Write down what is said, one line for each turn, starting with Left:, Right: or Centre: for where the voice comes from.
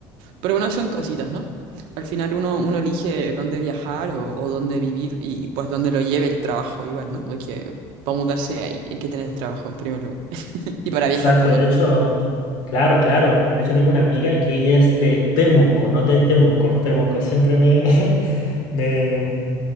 Right: Pero bueno, son cositas, ¿no? Al final uno, uno elige dónde viajar o, o dónde vivir y pues dónde lo lleve el trabajo igual, ¿no? Porque para mudarse hay, hay que tener trabajo en primer lugar. Y para
Left: Exacto,
Right: viajar también.
Left: de hecho, claro, claro. De hecho, tengo una amiga que ella es de Temuco, no de Temuco. Temuco, siempre me, <laughs> me,